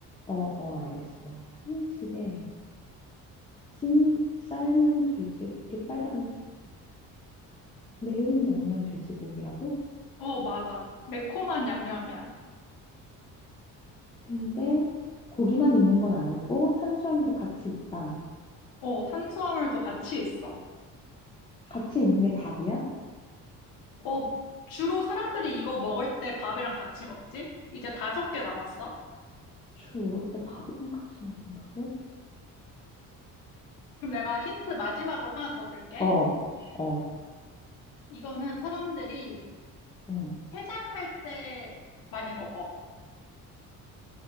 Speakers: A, on the left; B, on the left.
A: 어, 어, 알겠어. 한식에 찐 삶은 돼지고기 빨간색. 매운 양념 돼지고기라고?
B: 어, 맞아. 매콤한 양념이야.
A: 근데 고기만 있는 건 아니고 탄수화물도 같이 있다.
B: 어, 탄수화물도 같이 있어.
A: 같이 있는 게 밥이야?
B: 어, 주로 사람들이 이거 먹을 때 밥이랑 같이 먹지? 이제 다섯 개 남았어.
A: 주로 먹을 때 밥이랑 같이 먹는다고?
B: 그럼 내가 힌트 마지막으로 하나 더 줄게.
A: 어, 어.
B: 이거는 사람들이
A: 어,
B: 해장할 때 많이 먹어.